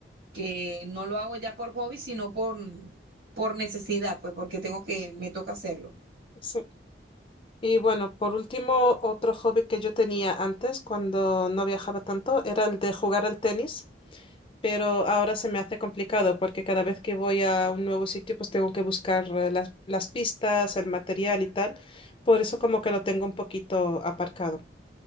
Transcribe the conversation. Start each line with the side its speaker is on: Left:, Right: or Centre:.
Right: que no lo hago ya por hobby, sino por, por necesidad, pues porque tengo que, me toca hacerlo.
Left: sí. Y bueno, por último, otro hobby que yo tenía antes cuando no viajaba tanto era el de jugar al tenis. pero ahora se me hace complicado porque cada vez que voy a un nuevo sitio, pues tengo que buscar eh, las, las pistas, el material y tal. Por eso como que lo tengo un poquito aparcado.